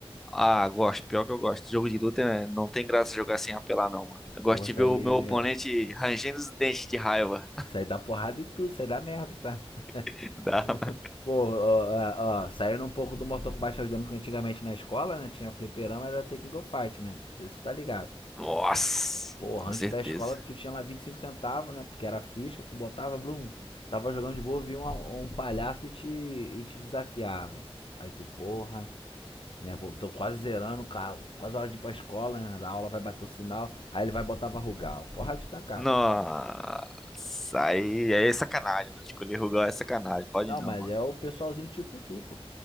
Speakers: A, in the centre; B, on the left (about 60°).
A: Ah, gosto, pior que eu gosto. Jogo de luta né, não tem graça jogar sem apelar, não, mano. Eu gosto
B: Porra,
A: de
B: sair.
A: ver o meu oponente rangendo os dentes de raiva.
B: Sair da porrada e tudo, sair da merda, tá? <laughs>
A: <laughs> Dá,
B: <laughs>
A: mano.
B: Pô, ó, ó, ó, saindo um pouco do Mortal Kombat, eu lembro que antigamente na escola, né? Tinha fliperama, era ter King of Fight, né? Não sei se tu tá ligado.
A: Nossa,
B: Porra,
A: com
B: antes
A: certeza.
B: da escola tu tinha lá 25 centavos, né? Que era a ficha, tu botava, blum Tava jogando de boa, vinha um, um palhaço e te, e te desafiava. Aí tu, porra, né? Vou, tô quase zerando, cara, quase a hora de ir pra escola, né? A aula vai bater o sinal, aí ele vai botar Varrugal. Porra de tacar.
A: Nossa, aí, aí é sacanagem, mano. Escolher Rugal é sacanagem, pode
B: Não,
A: não,
B: mas
A: mano.
B: é o pessoalzinho tipo tu, pô.